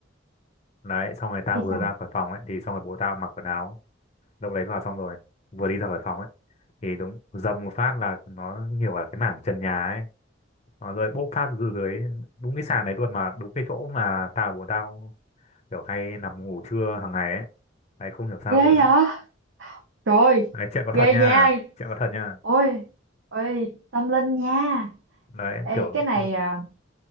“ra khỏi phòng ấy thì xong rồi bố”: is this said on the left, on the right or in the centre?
Left